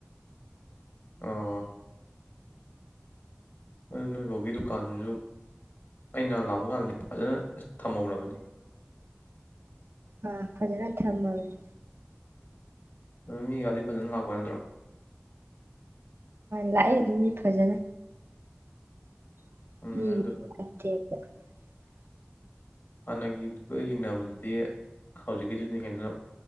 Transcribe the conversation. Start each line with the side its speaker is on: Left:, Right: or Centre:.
Left: ꯑꯣ ꯑꯗꯨ ꯅꯣꯏ ꯕꯣꯛꯀꯤ ꯗꯨꯀꯥꯟꯗꯨꯖꯨ ꯑꯩꯅ ꯅꯍꯥꯟ ꯂꯥꯛꯄꯀꯥꯟꯗ ꯐꯖꯅ ꯊꯝꯃꯧꯔꯕꯅꯤ
Right: ꯎꯝ ꯐꯖꯅ ꯊꯝꯃꯕꯅꯤ
Left: ꯑꯗꯨ ꯃꯤꯒꯥꯗꯤ ꯐꯖꯅ ꯂꯥꯛꯄ ꯅꯠꯇꯔꯣ
Right: ꯂꯥꯛꯏ ꯑꯗꯨꯝ ꯃꯤ ꯐꯖꯅ <unintelligible>
Left: ꯎꯝ ꯑꯗꯨ
Right: <unintelligible>
Left: ꯍꯥꯟꯅꯒꯤꯗꯨꯒ ꯌꯦꯡꯅꯕꯗꯗꯤ ꯍꯧꯖꯤꯛꯀꯤꯗꯨꯅ ꯍꯦꯟꯅ